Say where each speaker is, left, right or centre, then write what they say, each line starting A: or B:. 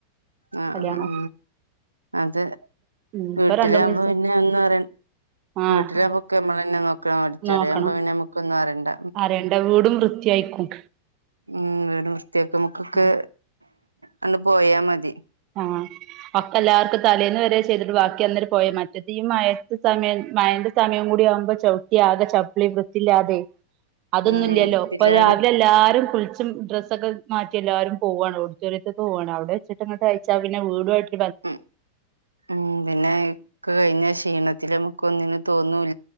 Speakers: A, on the right; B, on the right.
A: ആ
B: കല്യാണം
A: ആ ആ അത്
B: ഉം
A: വീട്ടിലാകുമ്പോ
B: ഇപ്പൊ രണ്ട് മൂന്ന് ദിവസം
A: പിന്നെ ഒന്നും അറിയണ്ട
B: ആഹ്
A: വീട്ടിലാകുമ്പോക്കെ നമ്മൾ തന്നെ നോക്ക ഓഡിറ്റോറിയം
B: നോക്കണം
A: ആവുമ്പോ പിന്നെ നമ്മൾക്കൊന്നും അറിയണ്ട
B: അറിയണ്ട വീടും വൃത്തിയായിക്കും
A: ഉം, വീട് വൃത്തിയാക്ക്മ്മെക്കൊക്കേ
B: ഉം
A: അന്ന് പോയാ മതി.
B: ഉം ഒക്കല്ലാർക്കും തലേന്ന് വരെ ചെയ്തിട്ട് വാക്കി അന്നേരം പോയ മറ്റത് ഈ മഴേത്ത് സമയം മഴന്റെ സമയം കൂടി ആവുമ്പോ ചവിട്ടി ആകെ ചപ്പ്ളി വൃത്തില്ലാ തെയ് അതൊന്നുംല്ല്യല്ലോ
A: ഉം വൃത്തിയില്ലാതെ
B: ഇപ്പൊ രാവിലെ എല്ലാരും കുള്ച്ചും ഡ്രസ്സൊക്കെ മാറ്റി എല്ലാരും പോവാണ് ഓഡിറ്റോറിയത്ത്ക്ക് പോവാണ് അവിടെ വെച്ച്ട്ട്ങ്ങ കയ്ച്ചാ പിന്നെ വീടു അട്
A: ഉം ഉം പിന്നെ <unintelligible> ശ് ഈണത്തില് അമുക്ക് ഒന്നിനും തോന്നൂല്